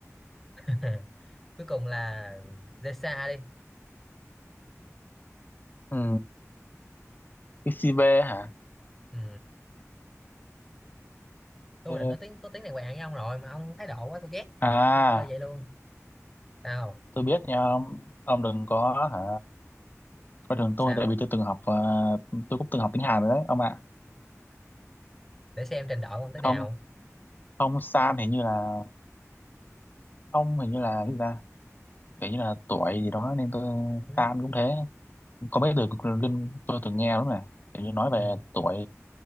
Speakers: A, in the centre; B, on the left (about 35°).
A: <laughs> cuối cùng là Zesa đi
B: ừ. cái XCV hả
A: ừ. tôi
B: Ờ,
A: định nói tiếng có tiếng này quen với ông rồi mà ông thái độ quá tôi ghét
B: à
A: tôi chơi vậy luôn sao
B: tôi biết nha ông Ông đừng có hả coi thường tôi
A: sao
B: tại vì tôi từng học ờ, tôi cũng từng học tiếng Hàn rồi đấy ông ạ
A: để xem trình độ ông thế nào
B: không không San hình như là không hình như là cái gì ta kiểu như là tuổi gì đó nên tôi
A: ừ.
B: Tan cũng thế có mấy từ cực linh tôi từng nghe đúng này kiểu như nói về
A: Ừ.
B: tuổi